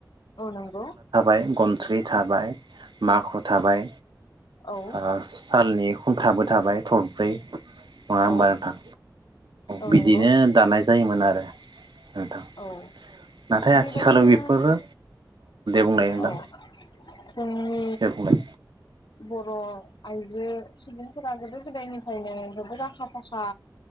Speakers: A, on the left; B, on the right.
A: औ नंगौ।
B: गनस्रिर थाबाय माखु थाबाय।
A: औ
B: आ सालनि हुंखाबो थाबाय थरब्रै। नङा होमबा
A: औ
B: नोंथां
A: औ
B: बिदिनो
A: नंगौ
B: दानाय जायोमोन आरो <unintelligible> नोंथां
A: औ
B: नाथाय
A: थिग
B: आथिखालाव
A: बेबायदिनो
B: बेफोरो बुंनाय नोंथां
A: औ जों
B: दे बुंनाय
A: ब अ आइजो सुबुंफोरा गोदो गोदायनि ओंखायनो जोबोद आखा फाखा